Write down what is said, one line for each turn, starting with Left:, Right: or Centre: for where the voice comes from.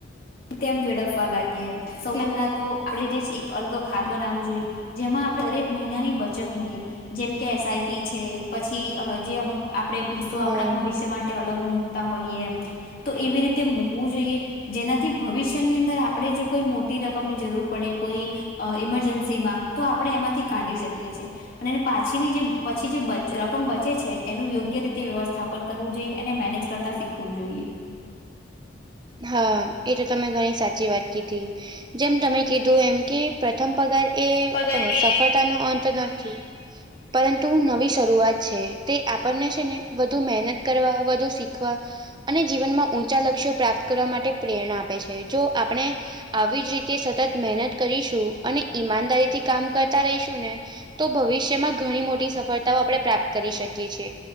Left: તેમ વેડફવા લાગીયે એમ સૌથી પહેલા તો આપડે જે છે એક અલગ ખાતું બનાવવું જોઈએ જેમાં આપણે દરેક મહિનાની બચત મુકીયે. જેમ કે એસ આઈ પી છે પછી અહ જે અમુક આપણે હિસ્સો
Right: હા
Left: આપણાં ભવિષ્ય માટે અલગ મુક તા હોઈએ એમ તો એવી રીતે મૂકવું જોઈએ જેનાથી ભવિષ્યની અંદર આપણે જો કોઈ મોટી રકમની જરૂર પડે કોઈ અહ ઈમરજન્સી માં તો આપણે એમાંથી કાઢી શકીએ છીએ. પણ એ પાછીની જે પછી જે બચ રકમ બચે છે એનું યોગ્ય રીતે વ્યવસ્થાપન કરવું જોઈએ એને મેનેજ કરતા શીખવું જોઈએ.
Right: હાં એ તો તમે ઘણી સાચી વાત કીધી જેમ તમે કીધું એમ કે પ્રથમ પગાર એ
Left: પગાર
Right: અ
Left: એ
Right: સફળતાનો અંત નથી. પરંતુ નવી શરૂઆત છે. તે આપણને છે ને વધુ મહેનત કરવા વધુ શીખવા અને જીવનમાં ઊંચા લક્ષ્યો પ્રાપ્ત કરવા માટે પ્રેરણા આપે છે. જો આપણે આવી જ રીતે સતત મહેનત કરીશું અને ઈમાનદારીથી કામ કરતાં રહીશું ને તો ભવિષ્યમાં ઘણી મોટી સફળતાઓ આપણે પ્રાપ્ત કરી શકીએ છીએ